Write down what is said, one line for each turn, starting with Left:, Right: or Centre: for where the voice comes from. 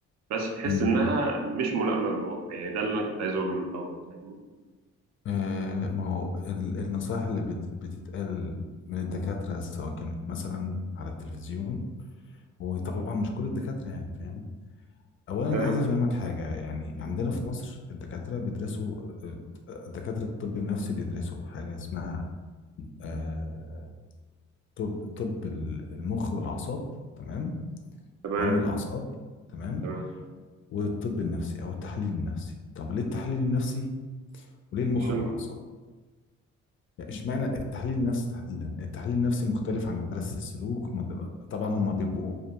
Right: بس تحس
Left: مم.
Right: انها مش ملائمه للواقع يعني ده اللي انا كنت عايز اقوله من الاول فاهمني
Left: آه ما هو ال- النصائح اللي بت بتتقال من الدكاترة سواء كانت مثلا على التلفزيون وطبعا مش كل الدكاترة يعني فاهم أولا
Right: ايوه
Left: عايز أفهمك حاجة يعني عندنا في مصر الدكاترة بيدرسوا آه، دكاترة الطب النفسي بيدرسوا حاجة اسمها آه طب طب ال- المخ والأعصاب تمام
Right: تمام
Left: علم الأعصاب تمام
Right: تمام
Left: والطب النفسي أو التحليل النفسي طب ليه التحليل النفسي وليه المخ
Right: عشان
Left: والأعصاب اشمعنى التحليل النفسي تحديدا التحليل النفسي مختلف عن مدرسة السلوك مد- طبعا هم بيبقوا